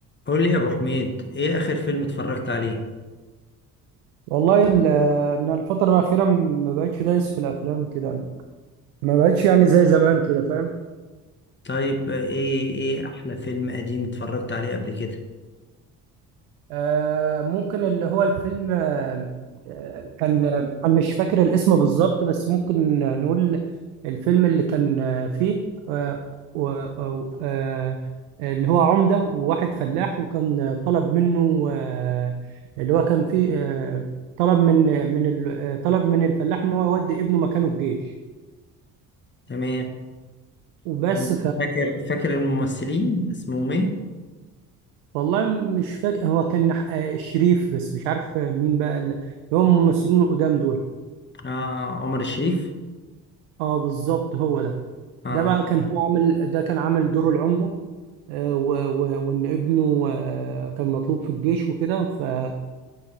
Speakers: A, on the left; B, on the right.
A: قول لي يا ابو حميد ايه اخر فيلم اتفرجت عليه
B: والله ال- ان الفتره الاخيره ما بقتش دايس في الافلام كده ما بقتش يعني زي زمان كده فاهم
A: طيب ايه ايه احلى فيلم قديم اتفرجت عليه قبل كده
B: آه ممكن اللي هو الفيلم آه آه، كان انا مش فاكر الاسم بالظبط بس ممكن نقول الفيلم اللي كان آه، فيه آه و أو- آه اللي هو عمده وواحد فلاح وكان طلب منه آه اللي هو كان فيه آه طلب من من ال- آه، طلب من الفلاح ان هو يودي ابنه مكانه الجيش
A: تمام
B: وبس
A: كان فاكر فاكر الممثلين اسمهم ايه
B: والله مش فاكر هو كان نح- آه، شريف بس مش عارف آه، مين بقى ال- اللي هم الممثلين القدام دول
A: آه عمر الشريف
B: اه بالظبط هو ده
A: اه
B: ده بقى كان هو عامل ده كان عامل دوره العمدة آه، و- و- وان ابنه آه، كان مطلوب في الجيش وكده فهو